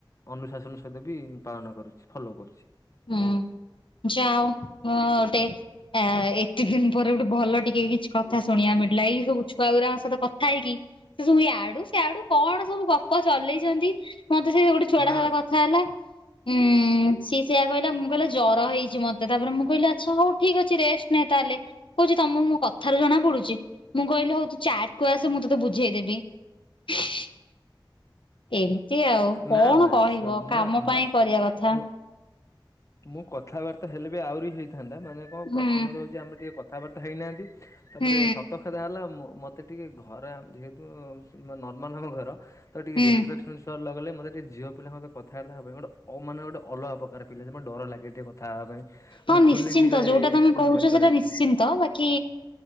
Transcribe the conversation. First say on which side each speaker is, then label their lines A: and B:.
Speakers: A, on the left (about 35°); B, on the left (about 80°).
A: ଅନୁଶାସନ ସହିତ ବି ପାଳନ କରୁଚି ଫଲୋ କରୁଚି।
B: ହୁଁ ଯା ହଉ ଅଁ ଗୋଟେ ଆ ଏତେ ଦିନ ପରେ ଗୋଟେ ଭଲ ଟିକେ କିଛି କଥା ଶୁଣିବାକୁ ମିଳିଲା ଏଇ ସବୁ ଛୁଆଗୁରାଙ୍କ ସହିତ କଥା ହେଇକି। ସବୁ ଇଆଡୁ ସିଆଡୁ କଣ ସବୁ ଗପ ଚଲେଇଚନ୍ତି। ମୋତେ ସେ ଗୋଟେ ଛୁଆଟା
A: ନା
B: ସହ କଥା କଥା ହେଲା। ଉଁ ସିଏ ସେଇଆ କହିଲା। ମୁଁ କହିଲା ଜର ହେଇଚି ମତେ। ତାପରେ ମୁଁ କହିଲି ଆଚ୍ଛା ହଉ ଠିକ ଅଛି ରେଷ୍ଟ ନିଅ ତାହେଲେ। କହୁଚି ତମକୁ ମୋ କଥାରୁ ଜଣା ପଡୁଚି। ମୁଁ କହିଲି ହଉ ତୁ ଚାଟ କୁ ଆସେ ମୁଁ ତୋତେ ବୁଝେଇଦେବି। <unintelligible> ଏମିତି ଆଉ
A: ନା
B: କଣ
A: ନା
B: କହିବ କାମ
A: ମୁଁ
B: ପାଇଁ କରିବା କଥା।
A: ମୁଁ ମୁଁ କଥାବାର୍ତ୍ତା ହେଲେ ବି ଆହୁରି ହେଇଥାନ୍ତା ମାନେ କଣ
B: ହୁଁ
A: ପ୍ରଥମ ତ ହଉଚି ଆମେ ଟିକେ କଥାବାର୍ତ୍ତା ହେଇନାହାନ୍ତି। ତାପରେ
B: ହୁଁ
A: ସତ ହେଲା ହେଲା ମୋତେ ଟିକେ ଖରା ଯେହେତୁ ନର୍ମାଲ ଆମ ଘର। ତା
B: ହୁଁ
A: ରିଷ୍ଟ୍ରେକ୍ସନ। ସ ଲଗଲେ ମୋତେ ଟିକେ ଝିଅପିଲାଙ୍କ ସହିତ କଥାବାର୍ତ୍ତା ହେବା ପାଇଁ ଗୋଟେ ଅ ମାନେ ଗୋଟେ ଅଲଗା ପ୍ରକାର ଫିଲ ଆସେ ମାନେ ଡରଲାଗେ ଟିକେ କଥା ହେବା ପାଇଁ। ମାନେ
B: ହଁ ନିଶ୍ଚିନ୍ତ
A: ଖୋଲିକି ଯୋଉ
B: ଯୋଉଟା ତମେ
A: ଏକ୍ସପ୍ଲେନ
B: କହୁଚ
A: କରିପାରେନି
B: ସେଟା ନିଶ୍ଚିନ୍ତ ବାକି